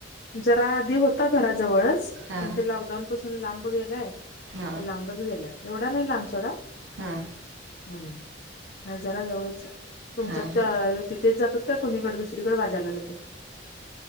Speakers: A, on the left (about 55°); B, on the right (about 85°).
A: जरा आधी होता घराजवळच
B: हा
A: पण ते लॉकडाऊन पासून लांब गेलांय.
B: हा
A: त लांबच गेलाय एवढा नाही लांब सोडा.
B: हा!
A: हूं ह जरा जवळच तुमच्यात
B: हा हा
A: त्यां ती तेच जातात का कोणीकडे दुसरीकडे बाजारला जाता.